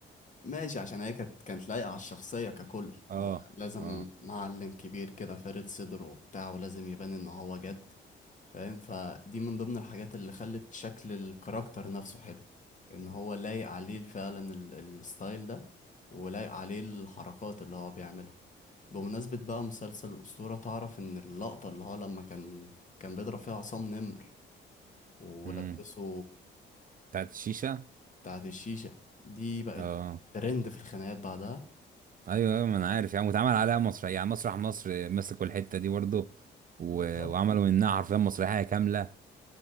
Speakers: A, on the left; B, on the right.
A: ماشي عشان هي كانت كانت لايقة على الشخصية ككل
B: اه
A: هو لازم
B: اه
A: معلم كبير كده فارد صدره وبتاع ولازم يبان ان هو جد فاهم فدي من ضمن الحاجات اللي خلت شكل الكاركتر نفسه حلو ان هو لايق عليه فعلا ال- الستايل ده ولايق عليه الحركات اللي هو بيعملها بمناسبة بقى مسلسل الأسطورة تعرف ان اللقطة اللي هو لما كان كان بيضرب فيها عصام نمر ولبسه
B: امم بتاعت الشيشه
A: بتاعة الشيشة دي بقت
B: اه
A: ترند في الخناقات بعدها
B: ايوه ايوه ما انا عارف يعني واتعمل عليها مسرح يعني مسرح مصر مسكوا الحته دي برضه و...
A: بالظبط
B: وعملوا منها حرفيا مسرحيه كامله